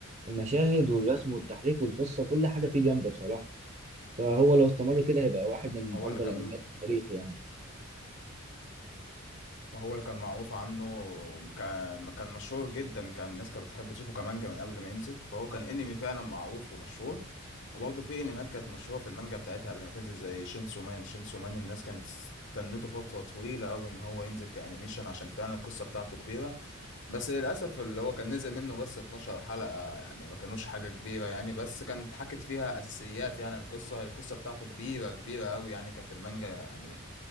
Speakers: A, on the right; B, on the left.
A: المشاهد والرسم والتحريك والقصه كل حاجه فيه جامده بصراحه فهو لو استمر كده هيبقى واحد من
B: هو
A: افضل
B: اللي كان
A: الانميات في التاريخ يعني
B: ما هو اللي كان معروف عنه كان كان مشهور جدا كان الناس كانت بتحب تشوفه كمانجا من قبل ما ينزل فهو كان انمي فعلا معروف ومشهور وبرضه في انميات كانت مشهوره في المانجا بتاعتها قبل ما تنزل زي شينسو مان شينسو مان الناس كانت استنته فتره طويله قوي ان هو ينزل كانيميشن عشان فعلا القصه بتاعته كبيره بس للاسف اللي هو كان نزل منه بس 12 حلقه يعني ما كانوش حاجه كبيره يعني بس كانت اتحكت فيها اساسيات يعني القصه القصه بتاعته كبيره كبيره قوي يعني كان في المانجا يعني